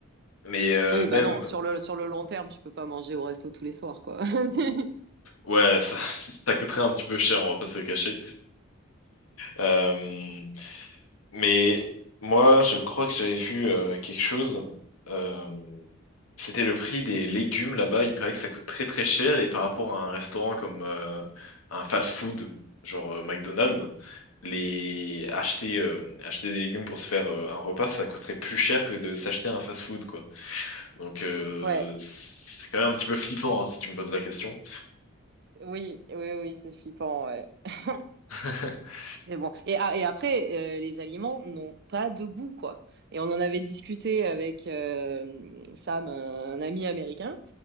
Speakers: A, on the left (about 80°); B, on the right (about 50°).
A: Mais euh,
B: Oui,
A: même,
B: bah non, sur le, sur le long terme, tu peux pas manger au resto tous les soirs, quoi. <laughs>
A: ouais, ça, <laughs> ça coûterait un petit peu cher, on va pas se le cacher. Euh, Mais moi, je crois que j'avais vu euh, quelque chose. Euh, c'était le prix des légumes là-bas. Il paraît que ça coûte très très cher et par rapport à un restaurant comme euh, un fast-food, genre euh, McDonald's, les acheter euh, acheter des légumes pour se faire euh, un repas, ça coûterait plus cher que de s'acheter un fast-food quoi. Donc euh,
B: Ouais,
A: c'est quand même un petit peu flippant hein, si tu me poses la question.
B: oui, oui, oui, c'est flippant, ouais. <laughs>
A: <laughs>
B: Mais bon, et, ah, et après, euh, les aliments n'ont pas de goût, quoi. Et on en avait discuté avec euh, Sam, un, un ami américain,